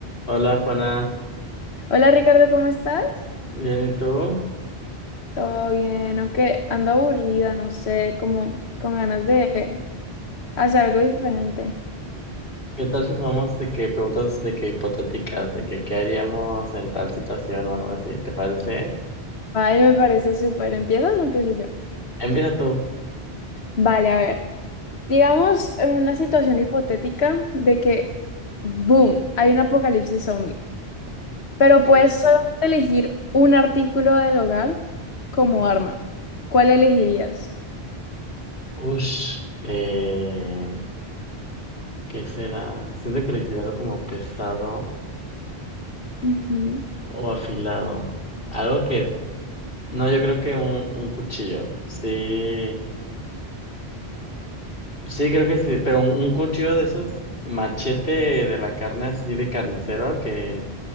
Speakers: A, on the left; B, on the left.
A: Hola Juana,
B: Hola Ricardo, ¿cómo estás?
A: bien y tú?
B: Todo bien, aunque ando aburrida, no sé, como con ganas de hacer algo diferente.
A: ¿Qué tal si vamos de que preguntas de que hipotéticas, de que qué haríamos en tal situación o algo así, ¿te parece?
B: Vale, me parece súper. ¿Empiezas o empiezo yo?
A: Empieza tú.
B: Vale, a ver. Digamos en una situación hipotética de que, boom, hay un apocalipsis zombie, pero
A: Ok.
B: puedes solamente elegir un artículo del hogar como arma. ¿Cuál elegirías?
A: Ush. Eh, ¿qué será? Siento que elegir algo como pesado
B: Ujú.
A: o afilado. Algo que, no, yo creo que un, un cuchillo. Sí, sí, creo que sí, pero un, un cuchillo de esos machete de la carne así de carnicero, que